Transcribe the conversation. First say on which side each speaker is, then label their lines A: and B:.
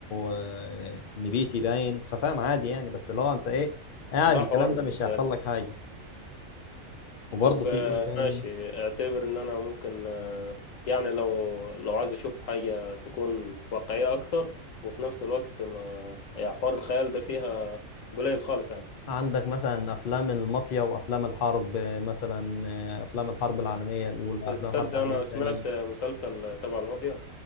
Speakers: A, on the left; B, on the left.
A: آه، نبيتي باين ففاهم عادي يعني بس اللي هو انت ايه قاعد
B: ده
A: الكلام
B: حوار بالنسبة
A: ده مش هيحصل
B: لي
A: لك حاجه وبرضه
B: طب
A: في
B: آه،
A: ايه تاني
B: ماشي اعتبر ان انا ممكن آه، يعني لو لو عايز اشوف حاجة تكون واقعية اكتر وفي نفس الوقت ما يعني حوار الخيال ده فيها قليل خالص يعني
A: عندك مثلا افلام المافيا وافلام الحرب آه، مثلا آه، افلام الحرب العالميه الاولى افلام
B: تصدق
A: الحرب العالميه
B: انا
A: الثانيه
B: سمعت مسلسل تبع المافيا